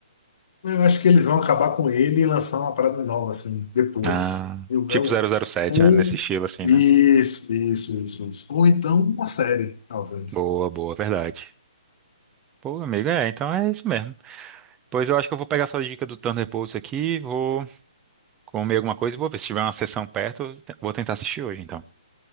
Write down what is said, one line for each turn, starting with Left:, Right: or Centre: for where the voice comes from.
Left: Eu acho que eles vão acabar com ele e lançar uma parada nova, assim, depois.
Right: Ah,
Left: Eu,
Right: tipo
Left: eu-
Right: zero zero sete,
Left: ou.
Right: né? Nesse estilo, assim,
Left: Isso,
Right: né?
Left: isso, isso, isso. Ou então uma série, talvez.
Right: Boa, boa, verdade. Pô, amigo, é, então é isso mesmo. Pois eu acho que eu vou pegar sua dica do Thunderbolts aqui, vou comer alguma coisa e vou ver se tiver uma sessão perto, eu te- vou tentar assistir hoje, então.